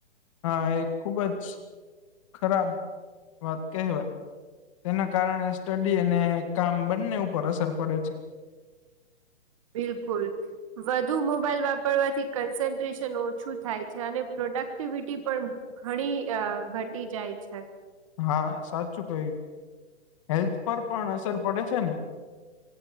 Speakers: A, on the left (about 30°); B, on the right (about 30°).
A: હા એ ખુબ છ ખરાબ વાત કહેવાય, તેના કારણે સ્ટડી અને કામ બંન્ને ઉપર અસર પડે છે.
B: બિલકુલ, વધુ મોબાઈલ વાપરવાથી કન્સન્ટ્રેશન ઓછું થાય છે અને પ્રોડક્ટિવિટી પણ, ઘણી અ ઘટી જાય છે.
A: હા સાચું કહ્યું હેલ્થ પર પણ અસર પડે છે ને,